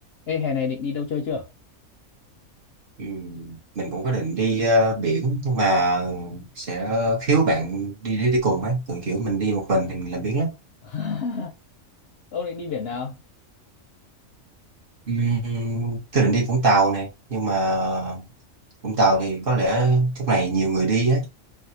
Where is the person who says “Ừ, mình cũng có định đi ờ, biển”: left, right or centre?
Right